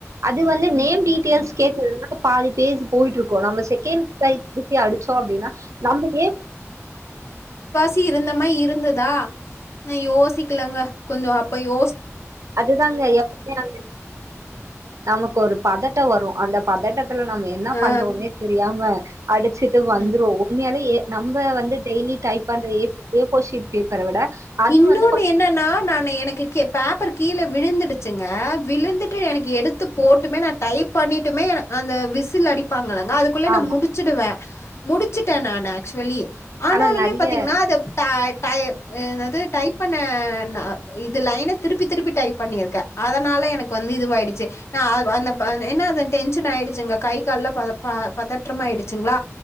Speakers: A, on the right (about 70°); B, on the left (about 60°).
A: அது வந்து நேம் டீட்டெயில்ஸ் கேட்டதுனால பாதி பேஜ் போயிட்டு இருக்கோ நம்ம செகண்ட் டைம் திருப்பி அடிச்சோ அப்டின்னா நம்ம ஏ
B: தி இருந்த மாரி இருந்துதா நா யோசிக்கலங்க கொஞ்ச அப்போ யோ
A: அதுதாங்க எப்வுமே <inaudible> நமக்கு ஒரு பதட்டம் வரும் அந்த பதட்டத் நம்ம என்ன
B: ஆ.
A: பண்றோனே தெரியாம் ம்ம அடிச்சிட்டு
B: ம்.
A: வந்துரு உண்மையாலயே நம்ப வந்து டெய்லி டைப் பண்ற ஏப் ஃபோர் ஷீட் பேப்பர விட அது
B: இன்னொன்னு
A: வந்து கொஞ்
B: என்னன்னா நா எனக்கு கே பேப்பரு கீழே விழுந்துடுச்சு க விலுந்துட்டு எனக்கு எடுத் து போட்டுமே நான் டைப் பண்ணிட்டுமே அந்த விசில் அடிப்பாங்க அதுக்குள்ளே
A: ஆமா
B: நா முடிச்சிடுவே முடிச்சுட்டே நானு ஆக்சுவலி ஆனாலுமே
A: ஆனா நெறைய
B: பாத்தீங்கன்னா அத பே டையப் ஏன்னத் டைப் பண்ண ந இது திருப்பி திருப்பி பண்ணிருக்க அதனால எனக்கு வந்து இதுவாயிடுச்சு அ அந்த அத ஏன்ன டென்ஷன் ஆயிடுச்சிங்க கை கால்ல ப பத பதற்றச்ச மாயிடுசுங்கள